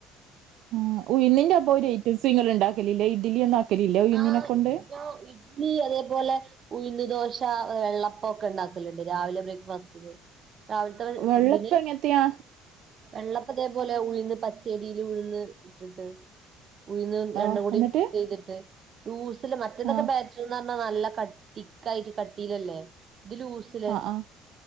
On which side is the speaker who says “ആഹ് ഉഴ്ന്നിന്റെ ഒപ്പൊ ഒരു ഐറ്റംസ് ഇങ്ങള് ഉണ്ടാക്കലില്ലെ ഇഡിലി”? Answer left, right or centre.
Right